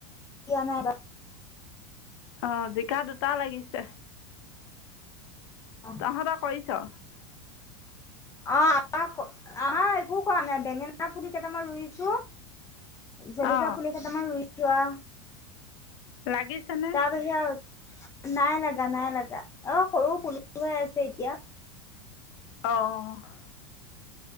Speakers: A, on the left (about 20°); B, on the left (about 70°).
A: নাই <unintelligible>
B: অ' জিকা দুটা লাগিছে।
A: অ' <unintelligible>
B: তহঁতৰ কৰিছ
A: অ' আ- একো কৰা নাই। বেঙেনাৰ পুলি কেইটামান ৰুইছোঁ। জলকীয়া
B: অ
A: পুলি কেইটামান ৰুই তোৱা।
B: লাগিছেনে
A: তাৰ পিছত নাই লগা। নাই লগা। অ' সৰু পুলি সৰু হৈ আছে এতিয়া।
B: অ'।